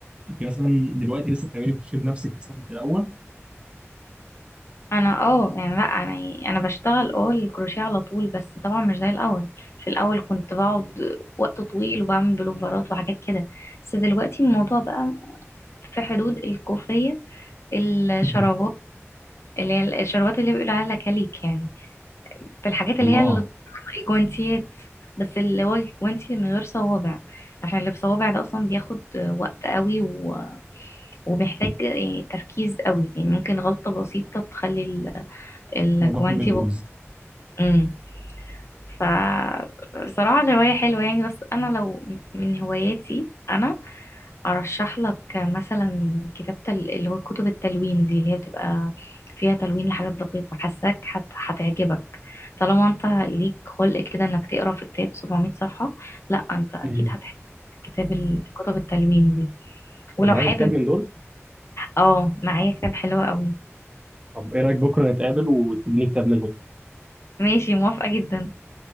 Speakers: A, on the right; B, on the left.
A: انت مثلا دلوقتي لسه بتعملي كروشيه بنفسك كثافه الاول
B: انا اه يعني لا انا يعني انا بشتغل اه الكروشيه على طول بس طبعا مش زي الاول في الاول كنت بقعد وقت طويل وبعمل بلوفرات وحاجات كده بس دلوقتي الموضوع بقى في حدود الكوفية الشرابات
A: <laughs>
B: اللي هي الشرابات اللي بيقولوا عليها كليك يعني في الحاجات اللي
A: الله
B: هي ال- الجوانتيات بس اللي هو الجوانتي من غير صوابع عشان اللي بصوابع ده اصلا بياخد وقت قوي و... وبيحتاج يعني تركيز قوي يعني ممكن غلطة بسيطة تخلي ال-
A: الموضوع
B: الجوانتي
A: كله
B: بق...
A: يبوظ
B: مم. فبصراحة الهواية حلوة يعني بس أنا لو من هواياتي أنا أرشح لك مثلا كتابة ال- اللي هو كتب التلوين دي اللي هي بتبقى فيها تلوين لحاجات دقيقة حاساك هت- هتعجبك طالما أنت ليك خلق كده إنك تقرا في كتاب 700 صفحة لأ أنت أكيد
A: <laughs> مم.
B: هتحب كتاب ال- كتب التلوين دي
A: طب
B: ولو
A: معاك
B: حابب
A: كتاب من دول
B: اه معايا كتاب حلو قوي
A: طب ايه رايك بكره نتقابل وتديني كتاب منهم
B: ماشي موافقة جدا